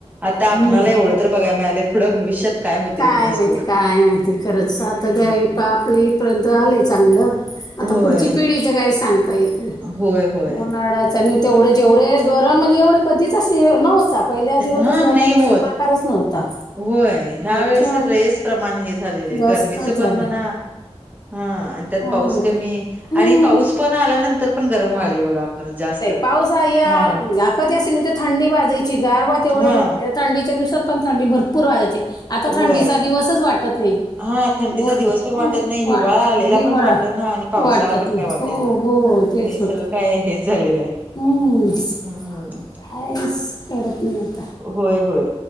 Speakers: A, on the right (about 15°); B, on the left (about 35°).
A: आता आपणाला
B: हम्म.
A: एवढं तर बघायला मिळालय पुढं भविष्यात होते
B: काय
A: कुणास
B: माहिती?
A: ठाऊक
B: काय माहिती? खरंच
A: हम्म
B: <unintelligible> पा आपलं इथपर्यंत आलंय चांगलं. आता
A: होय
B: पुढची पिढी च काय सांगता येत
A: होय होय
B: उन्हाळयाच आणि तेवढं जेवढे गरम म्हणजे एवढे कधीच असे न्हवत. पहिल्या अजिबातच
A: हा
B: घरांचा
A: नाही होत
B: प्रकारच नव्हता.
A: होय. ह्या
B: आता
A: वेळेस लईच प्रमाण हे झालेलं
B: जास्तच
A: गरमीचं
B: झालंय
A: पण म्हणा हा आणि त्यात
B: हो
A: पाऊस
B: ना
A: कमी
B: हम्म.
A: आणि पाऊस पण आल्यानंतर पण गरम व्हायलाय बघा आपणाला जास्त.
B: पाऊसा या
A: हा
B: ह कधी असे नाही तर थंडी वाजायची गारव तेवढे
A: हा
B: थंडीच्या दिवसात पण थंडी भरपूर वाजायची आता
A: होय
B: थंडीचा दिवसच वाटत नाही.
A: हा. थंडीचा
B: बोलतात
A: दिवस पण वाटत
B: हो
A: नाही हिवाळा
B: वाटतात
A: आलेला
B: ही
A: पण
B: वडा
A: वाट ना आणि पावसाळा
B: वाटतात
A: पण
B: मी
A: काय वाटे
B: हो
A: ना.
B: हो तेच
A: हे सगळं
B: होते
A: काय हेच झालेलं आहे.
B: हम्म.
A: हम्म.
B: काहीच कडत नाही आ
A: होय होय.